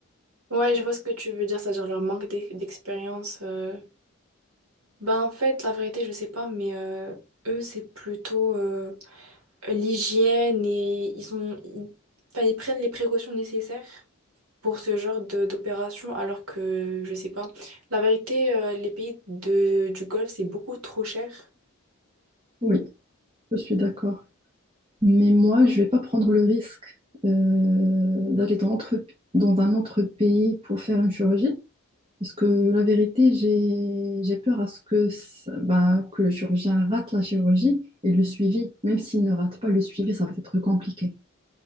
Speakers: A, on the right; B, on the right.
A: Ouais, je vois ce que tu veux dire, c'est-à-dire leur manque d'e- d'expérience. euh. Ben, en fait, la vérité, je sais pas, mais euh, eux, c'est plutôt euh, l'hygiène et ils sont, ils, enfin, ils prennent les précautions nécessaires pour ce genre de d'opération, alors que, je sais pas, la vérité, euh, les pays de, du Golfe, c'est beaucoup trop cher.
B: Oui, je suis d'accord. Mais moi, je vais pas prendre le risque euh, d'aller dans, autre- dans un autre pays pour faire une chirurgie. Parce que la vérité, j'ai j'ai peur à ce que, ça- bah, que le chirurgien rate la chirurgie et le suivi, même s'il ne rate pas le suivi, ça va être compliqué.